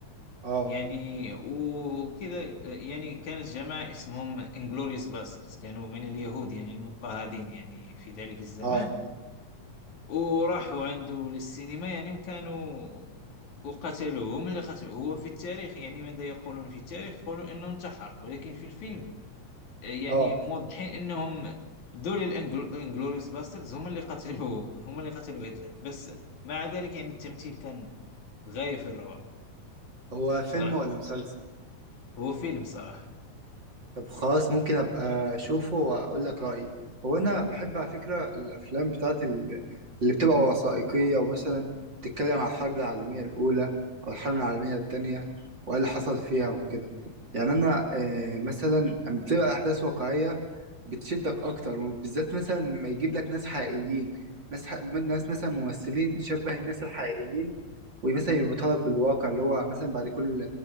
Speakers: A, on the right (about 35°); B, on the left (about 70°).
A: اه
B: يعني وكذا آه، يعني كانت جماعة اسمهم انجلوريوس باسترز كانوا من اليهود يعني المضطهدين يعني في ذلك الزمان
A: اه
B: وراحوا عنده للسينما يعني وكانوا وقتلوه هم اللي قتلوه هو في التاريخ يعني ماذا يقولون في التاريخ يقولون انه انتحر ولكن في الفيلم يعني
A: اه
B: موضحين انهم دول الانجلوريوس باستردز هم اللي قتلوا هم اللي قتلوا هتلر بس مع ذلك يعني التمثيل كان غاية في الروعة
A: هو
B: صراحة
A: فيلم ولا مسلسل
B: هو فيلم صراحة
A: طب خلاص ممكن ابقى اشوفه واقول لك رايي هو انا بحب على فكره الافلام بتاعت ال- اللي بتبقى وثائقيه ومثلا بتتكلم عن الحرب العالميه الاولى او الحرب العالميه التانية وايه اللي حصل فيها وكده يعني انا آه، مثلا لما بتبقى احداث واقعيه بتشدك اكتر وبالذات مثلا ما يجيب لك ناس حقيقيين ناس ح... ناس مثلا ممثلين شبه الناس الحقيقيين ومثلا يربطها لك بالواقع اللي هو مثلا بعد كل